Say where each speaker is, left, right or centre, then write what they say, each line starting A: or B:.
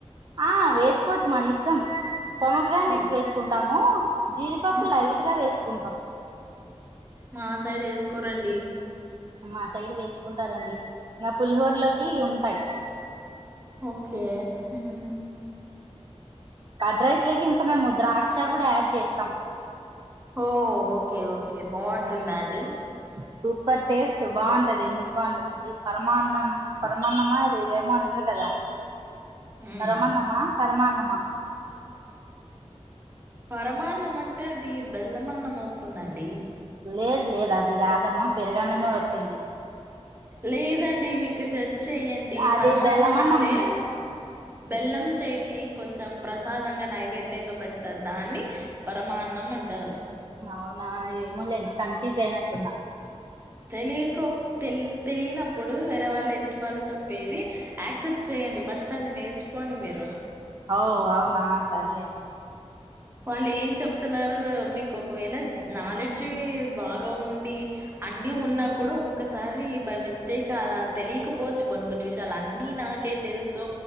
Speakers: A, on the right (about 40°); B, on the right (about 20°).
A: ఆ వేసుకోవచ్చు మన ఇష్టం పోమగ్రానేట్స్
B: ఉమ్,
A: వేసుకుంటాము జీడిపప్పు
B: ఆ
A: లైట్ గా వేసుకుంటాం
B: మా సైడ్ వేసుకోరండి
A: మా సైడ్ వేసుకుంటారండి ఇంకా పులిహోర్లోకి
B: ఓ-
A: ఉంటాయి
B: ఓకే హ్మ్
A: కడ్రైస్ లోకి ఇంకా మేము ముద్రాక్ష కూడా యాడ్ చేస్తాం
B: ఓ ఓకే ఓకే బాగుంటుందా
A: హ్మ్
B: అండి
A: సూపర్ టేస్ట్ బాగుంటది ఎందుకు బాగుంటదిండి పరమాన్నం పరమాన్నమా అది ఇవేమో అంటారు కదా
B: ఉమ్
A: పరమాన్నమా పరమాన్నం నమ
B: పరమాన్నం అంటే అది బెల్లమన్నం వస్తుందండి
A: లేదు లేదు అది రాదమ్మా పెరుగన్నమే వస్తుంది
B: లేదండి మీకు చెయడి
A: అది
B: పరమాన్నం
A: బెల్లమన్నం
B: అంటే బెల్లం చేసి కొంచెం ప్రసాదంగా నైవేద్యంగా పెడతారు దాన్ని పరమాన్నం అంటారు
A: అవునా ఏమల్ండి కన్ఫీజ్ అయినట్న్నా
B: తెలియకో తె తెలియనప్పుడు వేరే వాళ్ళు ఎదుటి వాళ్ళు చెప్పేది యాక్సెప్ట్ చేయ యండి ఫర్స్ట్ అది నేచికోండి మెరు
A: అఓ అవునా సర్లే
B: వాళ్ళు ఏం చెప్తున్నారు మీకు ఒకవేళ నాలెడ్జ్ బాగా ఉండి అ అన్ని ఉన్నా కూడా ఒక్కొక్కసారి బై మిస్టేక్ అలా తెలియకపోవచ్చు కొన్ని కొన్ని విషయాలు అన్ని నాకైతే తెలుసు